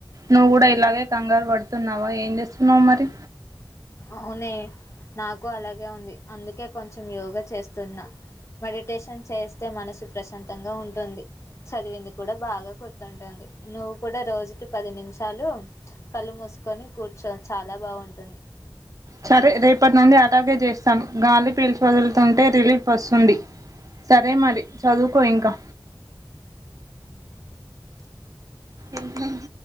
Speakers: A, on the right; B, on the left.
A: నువ్వు కూడా ఇలాగే కంగారు పడుతున్నావా ఏం చేస్తున్నావు మరి
B: అవునే నాకు అలాగే ఉంది అందుకే కొంచెం యోగా చేస్తున్నా మెడిటేషన్ చేస్తే మనసు ప్రశాంతంగా ఉంటుంది చదివెందుకు కూడా బాగా గుర్తుంటుంది నువ్వు కూడా రోజుకి పది నిమిషాలు కళ్ళు మూసుకొని కూర్చో చాలా బాగుంటుంది
A: సరే రేపటి నుండి అలాగే చేస్తాను గాలి పీల్చి వదులుతుంటే రిలీఫ్ వస్తుంది సరే మరి చదుకో ఇంకా ఇంకా